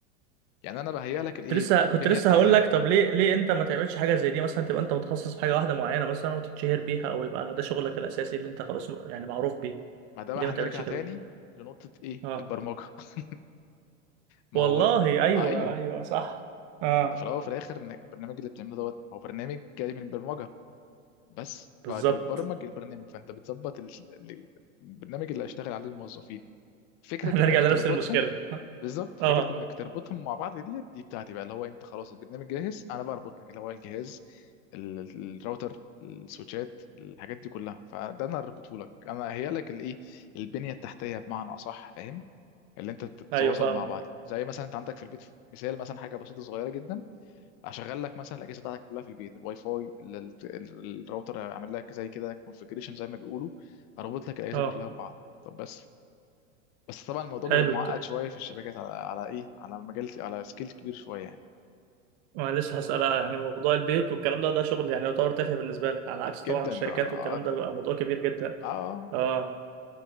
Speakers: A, on the left (about 45°); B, on the right (about 55°).
A: يعني انا بهيئ لك الايه
B: كنت لسه
A: البنيه
B: كنت لسه
A: التحتيه
B: هقول لك طب ليه ليه انت ما تعملش حاجه زي دي مثلا تبقى انت متخصص في حاجه واحده معينه مثلا وتتشهر بيها او يبقى ده شغلك الاساسي اللي انت خلاص م- يعني معروف بيه
A: ما ده بقى
B: ليه
A: هنرجع
B: ما تعملش كده
A: تاني لنقطه ايه
B: اه
A: البرمجه <laughs> ما
B: والله
A: هو ال...
B: ايوه
A: ايوه
B: ايوه صح اه
A: ما انت في الاول وفي الاخر ان البرنامج اللي بتعمله دوت ما هو برنامج جاي من البرمجه بس
B: بالظبط
A: فانت بتبرمج البرنامج فانت بتظبط ال... ال- البرنامج اللي هيشتغل عليه الموظفين
B: <laughs>
A: فكره
B: هنرجع
A: انك
B: لنفس
A: تربطهم
B: المشكله
A: بالظبط فكره
B: اه
A: انك تربطهم مع بعض دي دي بتاعتي بقى اللي هو انت خلاص البرنامج جاهز انا بقى اربط لك اللي هو الجهاز ال- ال- الراوتر السويتشات الحاجات دي كلها فده انا اربطه لك انا اهيئ لك الايه البنيه التحتيه بمعنى اصح فاهم اللي انت تتواصل
B: ايوه فاهمك
A: مع بعض زي مثلا انت عندك في البيت مثال مثلا حاجه بسيطه صغيره جدا اشغل لك مثلا الاجهزه بتاعتك كلها في البيت الواي فاي ال- ال- ال- الراوتر اعمل لك زي كده كونفجريشن زي ما بيقولوا اربط لك الاجهزه
B: اه
A: كلها ببعض طب بس بس طبعا الموضوع
B: حلو
A: بيبقى معقد
B: ط-
A: شويه في الشبكات على على ايه على مجال على سكيل كبير شويه يعني
B: ما أنا لسه هسأل يعني موضوع البيوت والكلام ده ده شغل يعني يعتبر تافه بالنسبه لك على عكس طبعا
A: جدا
B: الشركات
A: ده اه
B: والكلام
A: ده
B: ده بيبقى موضوع كبير جدا
A: اه آه،
B: اه
A: طبعا